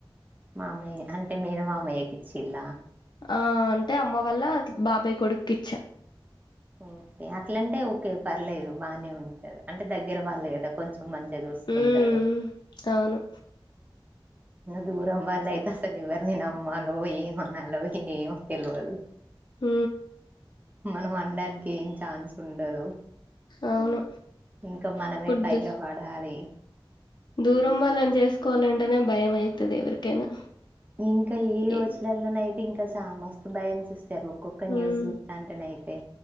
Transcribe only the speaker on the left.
ఆ అంటే అమ్మ వల్ల బాబాయి కొడుకిచ్చ
ఉమ్ అవును
ఆ
అవును
ఇప్పుడు
దూ
దూరం వాళ్ళనీ చేసుకోవాలంటేనే భయం అయితది ఎవరికైనా
ఏం
ఉమ్